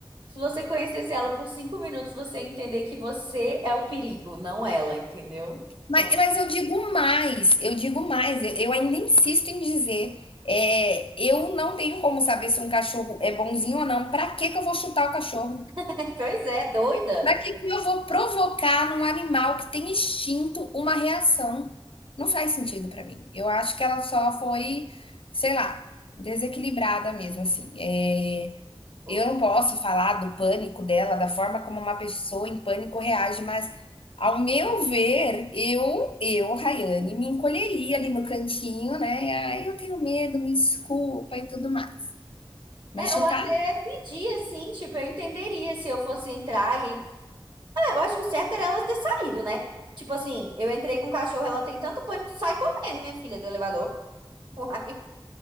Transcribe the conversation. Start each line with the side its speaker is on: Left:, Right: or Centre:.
Right: se você conhecesse ela por cinco minutos, você ia entender que você é o perigo, não ela, entendeu?
Left: Mas,
Right: Então,
Left: mas eu digo mais, eu digo mais, eu, eu ainda insisto em dizer, é, eu não tenho como saber se um cachorro é bonzinho ou não. Para que que eu vou chutar o cachorro?
Right: <laughs> pois é, doida.
Left: Para que que eu vou provocar num animal que tem instinto uma reação? Não faz sentido para mim. Eu acho que ela só foi, sei lá, desequilibrada mesmo, assim. É,
Right: Foi.
Left: eu não posso falar do pânico dela, da forma como uma pessoa em pânico reage, mas ao meu ver, eu, eu, Rayane, me encolheria ali no cantinho, né? E, Ai, eu tenho medo, me desculpa e tudo mais. Mas
Right: É,
Left: chutar?
Right: ou até pedir, assim, tipo, eu entenderia se eu fosse entrar e Eu acho que o certo era elas ter saído, né? Tipo assim, eu entrei com o cachorro, ela tem tanto pânico, sai correndo, minha filha, do elevador. <laughs> Uai.